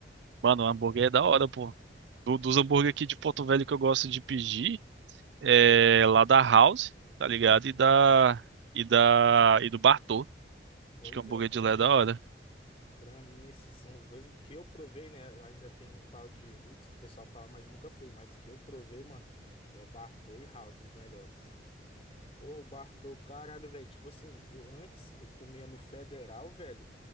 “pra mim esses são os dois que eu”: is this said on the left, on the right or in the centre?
Left